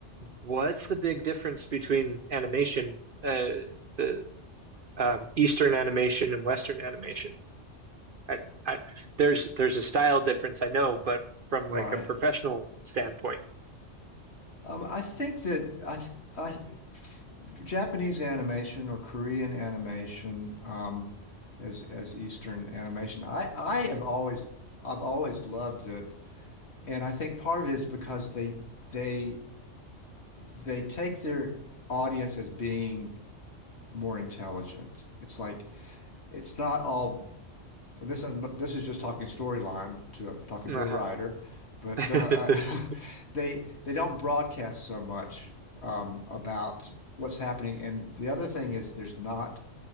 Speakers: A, on the right; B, on the left.
A: What's the big difference between animation, uh, the um, Eastern animation and Western animation? I, I, there's there's a style difference, I know, but from
B: Right.
A: like a professional standpoint.
B: Um, I think that I, th- I f- Japanese animation or Korean animation, um, as as Eastern animation, I I have always I've always loved it. And I think part of it is because they they they take their audience as being more intelligent. It's like it's not all this this is just talking storyline to I'm talking
A: Uh-huh.
B: to a writer, but
A: <laughs>
B: uh, <laughs> they they don't broadcast so much um, about what's happening. And the other thing is there's not